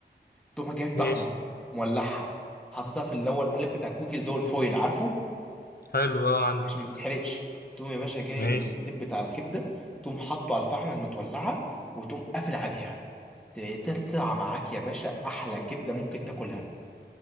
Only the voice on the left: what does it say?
ماشي
حلو اه عندك
ماشي